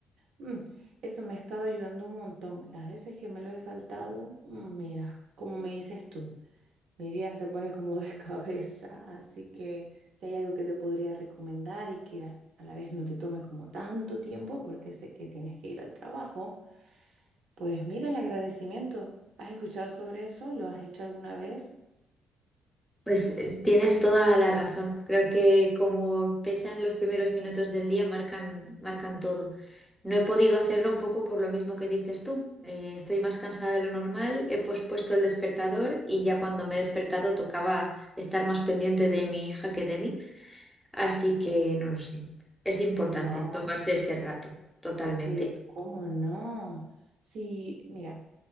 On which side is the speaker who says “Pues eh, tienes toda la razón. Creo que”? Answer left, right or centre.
Centre